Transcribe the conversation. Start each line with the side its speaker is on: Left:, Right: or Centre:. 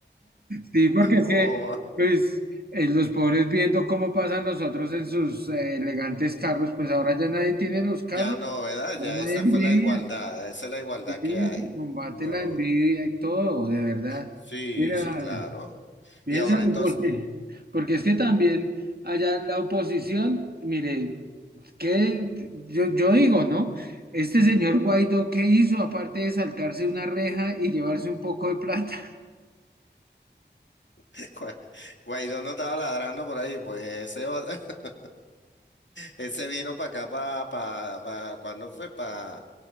Right: Sí, porque es
Left: Oh,
Right: que, pues, eh, los pobres viendo cómo pasan los otros en sus eh, elegantes carros, pues ahora ya nadie tiene los carros,
Left: ya no, ¿verdad?
Right: ya
Left: Ya
Right: nadie
Left: esa
Right: envidia.
Left: fue la igualdad, esa es la igualdad
Right: Sí,
Left: que hay.
Right: se combate
Left: No.
Right: la envidia y todo, de verdad.
Left: Sí,
Right: Mira,
Left: sí, claro.
Right: piénsalo
Left: Y ahora entonces,
Right: porque, porque es que también allá la oposición, mire, que yo, yo digo, ¿no? Este señor Guaidó, ¿qué hizo aparte de saltarse una reja y llevarse un poco de plata?
Left: <laughs> Gua- Guaidó no estaba ladrando por ahí, pues ese, o- <laughs> ese vino para acá, para, para, para, ¿cuándo fue? para